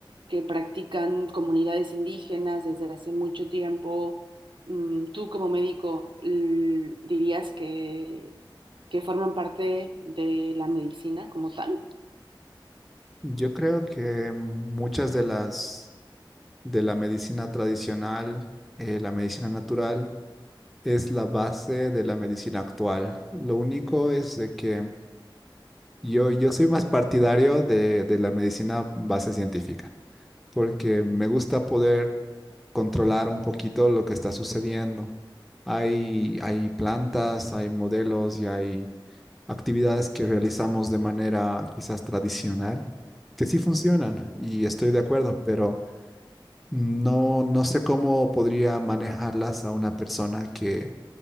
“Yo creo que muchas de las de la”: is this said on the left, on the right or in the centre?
Centre